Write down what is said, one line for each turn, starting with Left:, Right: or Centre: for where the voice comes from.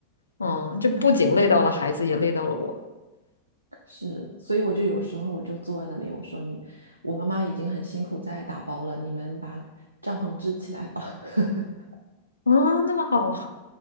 Left: 嗯，这不仅累到了孩子，
Right: 然后
Left: 也累到了我。
Right: 是，所以我就有时候我就坐在那里，我说你，我妈妈已经很辛苦在打包了，你们把帐篷支起来吧。<laughs>
Left: 啊，那么好，